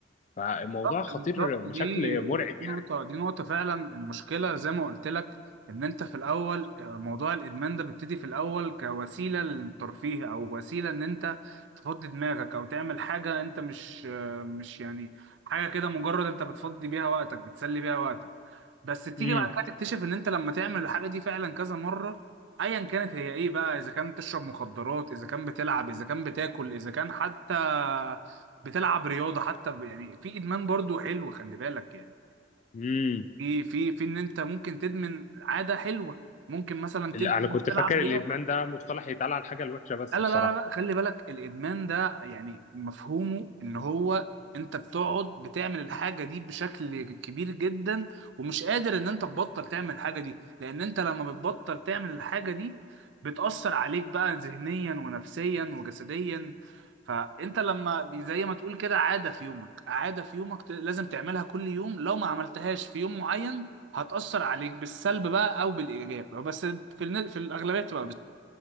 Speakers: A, on the left; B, on the right.
A: فالموضوع
B: بالظبط
A: خطير
B: بالظبط
A: بشكل
B: دي
A: مرعب
B: دي
A: يعني
B: نقطة دي نقطة فعلا المشكلة زي ما قلت لك إن أنت في الأول آه، موضوع الإدمان ده بيبتدي في الأول كوسيلة للترفيه أو وسيلة إن أنت تفضي دماغك أو تعمل حاجة أنت مش آه، مش يعني حاجة كده مجرد أنت بتفضي بيها وقتك بتسلي بيها وقتك بس تيجي
A: امم
B: بعد كده تكتشف إن أنت لما تعمل الحاجة دي فعلا كذا مرة أيا كانت هي إيه بقى إذا كان تشرب مخدرات إذا كان بتلعب إذا كان بتاكل إذا كان حتى بتلعب رياضه حتى ب- يعني في ادمان برضو حلو خلي بالك يعني
A: امم
B: في في في ان انت ممكن تدمن عاده حلوه ممكن مثلا
A: انا
B: تد-
A: كنت
B: تلعب
A: فاكر
B: رياضه
A: الادمان ده مصطلح يتقال على الحاجه الوحشه بس
B: لا لا
A: بصراحه
B: لا لا خلي بالك الادمان ده يعني مفهومه ان هو انت بتقعد بتعمل الحاجه دي بشكل كبير جدا ومش قادر ان انت تبطل تعمل الحاجه دي لان انت لما بتبطل تعمل الحاجه دي بتأثر عليك بقى ذهنيا ونفسيا وجسديا فانت لما بي- زي ما تقول كده عاده في يومك عاده في يومك ت- لازم تعملها كل يوم لو ما عملتهاش في يوم معين هتأثر عليك بالسلب بقى او بالايجاب بس في الن- في الاغلبيه بتبقى